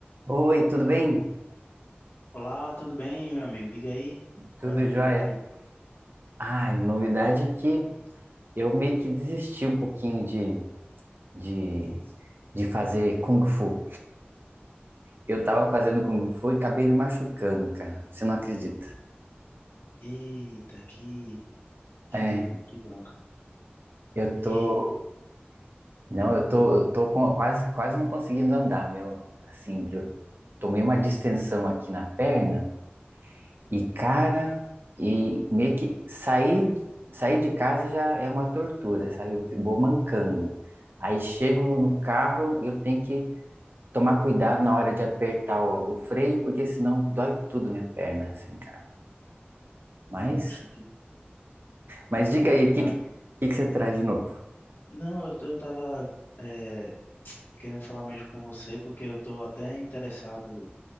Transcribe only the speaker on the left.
Olá, tudo bem, meu amigo? Diga aí,
qual é a novidade?
Eita, que, que,
que bronca.
E,
e,
poxa, que,
que
complicado.
Não, eu, eu tava é, querendo falar mesmo com você, porque eu tô até interessado